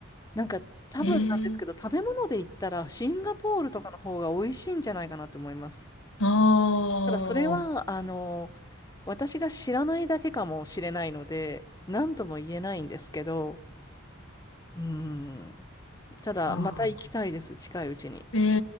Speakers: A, on the left; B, on the left.
A: なんか、多分なんですけど、
B: ええ
A: 食べ物で言ったら、シンガポールとかの方が美味しいんじゃないかなって思います。
B: あー
A: ただそれは、あの、私が知らないだけかもしれないので、何とも言えないんですけど、うーん。ただ、
B: あ
A: また行きたいです、近いうちに。
B: ー、え